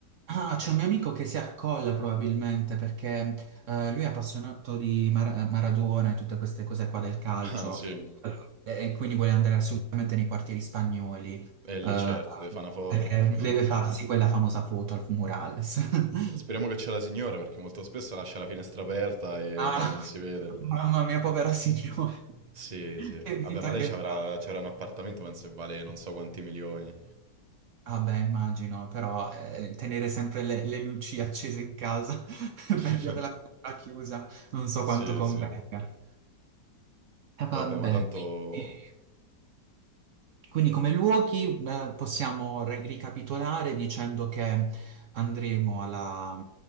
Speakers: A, on the right (about 80°); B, on the right (about 35°).
A: Ah, c'è un mio amico che si accolla probabilmente perché eh, lui è appassionato di Mar- eh, Maradona e tutte queste cose qua del calcio
B: <laughs> Ah sì,
A: Allora, e quindi vuole andare assolutamente nei quartieri spagnoli
B: è lì
A: eh,
B: certo, deve fare una foto.
A: perché
B: <laughs>
A: deve farsi quella famosa foto al murales. <laughs>
B: Speriamo che c'è la signora perché molto spesso lascia la finestra aperta e
A: Ah,
B: e non si vede.
A: mamma mia, povera signora,
B: Sì,
A: <laughs>
B: sì.
A: che vita
B: Vabbè, ma lei
A: che
B: ci avrà,
A: fa.
B: c'era un appartamento, penso che vale non so quanti milioni.
A: Ah beh, immagino, però eh, tenere sempre le, le luci accese in casa <laughs>
B: <laughs>
A: per via della porta chiusa, non so
B: Sì,
A: quanto convenga.
B: sì.
A: Eh, vabbè,
B: Vabbè, ma tanto...
A: quindi, quindi come luoghi eh, possiamo ri- ricapitolare dicendo che andremo alla,